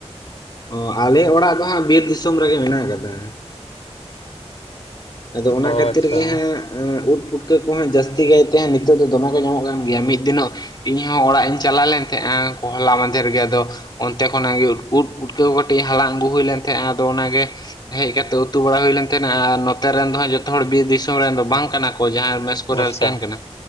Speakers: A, on the left; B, on the left.
A: ᱚ ᱟᱞᱮ ᱚᱲᱟᱜ ᱫᱚ ᱦᱟᱸᱜ ᱵᱤᱨ ᱫᱤᱥᱚᱢ ᱨᱮᱜᱮ ᱢᱮᱱᱟᱜ ᱠᱟᱫᱟ᱾ ᱟᱫᱚ ᱚᱱᱟ
B: ᱚ
A: ᱠᱷᱟᱹᱛᱤᱨ
B: ᱟᱪᱪᱷᱟ
A: ᱜᱮ ᱦᱟᱸᱜ ᱟᱸᱜ ᱩᱫᱽ ᱯᱷᱩᱴᱠᱟᱹ ᱠᱚ ᱦᱟᱸᱜ ᱡᱟᱹᱥᱛᱤ ᱠᱟᱭᱛᱮ ᱦᱟᱸᱜ ᱱᱤᱛᱚᱜ ᱫᱚ ᱫᱚᱢᱮ ᱠᱚ ᱧᱟᱢᱚᱜ ᱠᱟᱱ ᱜᱮᱭᱟ᱾ ᱢᱤᱫ ᱫᱤᱱᱚᱜ ᱤᱧᱦᱚᱸ ᱚᱲᱟᱜ ᱤᱧ ᱪᱟᱞᱟᱣ ᱞᱮᱱ ᱛᱟᱦᱮᱜ-ᱟ ᱦᱚᱞᱟ ᱢᱟᱫᱷᱮᱨ ᱜᱮ ᱟᱫᱚ ᱚᱱᱛᱮ ᱠᱷᱚᱱᱟᱜ ᱜᱮ ᱩᱫᱽ ᱩᱴᱠᱟᱹ ᱠᱚ ᱠᱟᱹᱴᱤᱡ ᱦᱟᱞᱟᱝ ᱟᱜᱩ ᱦᱩᱭ ᱞᱮᱱ ᱛᱟᱦᱮᱸᱜᱼᱟ ᱟᱫᱚ ᱚᱱᱟ ᱜᱮ ᱦᱮᱡ ᱠᱟᱛᱮ ᱩᱛᱩ ᱵᱟᱲᱟ ᱦᱩᱭ ᱞᱮᱱ ᱛᱟᱦᱮᱱᱟ ᱟᱨ ᱱᱚᱛᱮ ᱨᱮᱱ ᱫᱚ ᱦᱟᱸᱜ ᱡᱚᱛᱚ ᱦᱚᱲ ᱵᱤᱨ ᱫᱤᱥᱚᱢ ᱨᱮᱱ ᱫᱚ ᱵᱟᱝ ᱠᱟᱱᱟ ᱠᱚ ᱡᱟᱦᱟᱸᱭ ᱢᱮᱥ ᱠᱚᱨᱮ
B: ᱟᱪᱪᱷᱟ
A: ᱞᱮ ᱛᱟᱦᱮᱱ ᱠᱟᱱᱟ᱾